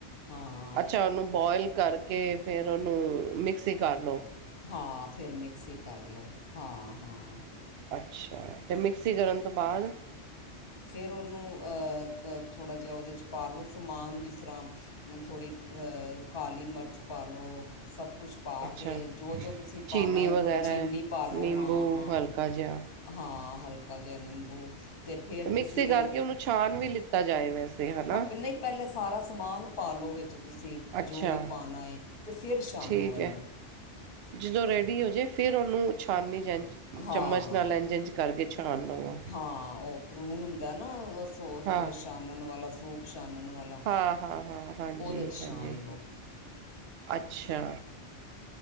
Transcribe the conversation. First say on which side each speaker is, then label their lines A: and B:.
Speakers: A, on the left (about 50°); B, on the right (about 65°).
A: ਹਾਂ
B: ਅੱਛਾ ਉਹਨੂੰ ਬੋਇਲ ਕਰਕੇ ਫੇਰ ਉਹਨੂੰ ਮਿਕਸੀ ਕਰਲੋ।
A: ਹਾਂ ਫੇਰ ਮਿਕਸੀ ਕਰ ਲਓ, ਹਾਂ-ਹਾਂ।
B: ਅੱਛਾ, ਤੇ ਮਿਕਸੀ ਕਰਨ ਤੋਂ ਬਾਅਦ
A: ਫੇਰ ਉਹਨੂੰ ਅਹ ਥੋੜਾ ਜਾ ਉਹਦੇ 'ਚ ਪਾ ਲਓ ਸਮਾਨ ਜਿਸ ਤਰਾ ਥੋੜੀ ਕਾਲੀ ਮਿਰਚ ਪਾ ਲਓ ਸਭ ਕੁਛ ਪਾ
B: ਅੱਛਾ
A: ਕੇ ਜੋ-ਜੋ ਤੁਸੀਂ
B: ਚੀਨੀ
A: ਪਾਣਾ ਐ
B: ਵਗੈਰਾ
A: ਥੋੜੀ ਚੀਨੀ
B: ਹੈ,
A: ਪਾ ਲਉ
B: ਨਿੰਬੂ
A: ਹਾਂ-ਹਾਂ।
B: ਹਲਕਾ ਜਿਹਾ
A: ਹਾਂ ਹਲਕਾ ਜਿਹਾ ਨਿੰਬੂ। ਅਤੇ ਫਿਰ
B: ਮਿਕਸੀ
A: ਤੁਸੀਂ
B: ਕਰਕੇ ਉਹਨੂੰ ਛਾਣ ਵੀ ਲਿੱਤਾ ਜਾਏ ਵੈਸੇ ਹਨਾ।
A: ਹਾਂ ਪ- ਨਹੀਂ ਪਹਿਲੇ ਸਾਰਾ ਸਮਾਨ ਪਾ ਲਓ ਵਿੱਚ ਤੁਸੀਂ,
B: ਅੱਛਾ
A: ਜੋ ਵੀ ਪਾਣਾ ਐ ਤੇ ਫੇਰ ਛਾਨੋ
B: ਠੀਕ
A: ਇਹਨੂੰ।
B: ਹੈ ਜਦੋਂ ਰੈਡੀ ਹੋ ਜੇ ਫੇਰ ਉਹਨੂੰ ਛਾਨਨੀ ਜਾਂ
A: ਹਾਂ
B: ਚਮਚ ਨਾਲ ਇੰਝ-ਇੰਝ ਕਰਕੇ ਛਾਣਨਾ ਵਾ।
A: ਹਾਂ ਉਹ ਭਰੂਣ ਹੁੰਦਾ ਨਾ ਅਸ ਉਹ
B: ਹਾਂ
A: ਉਹ ਛਾਨਣ ਵਾਲਾ ਸੂਪ ਛਾਨਣ ਵਾਲਾ,
B: ਹਾਂ ਹਾਂ ਹਾਂ ਹਾਂਜੀ
A: ਉਹਦੇ 'ਚ
B: ਹਾਂਜੀ
A: ਛਾਨ ਲਉ।
B: ਅੱਛਾ।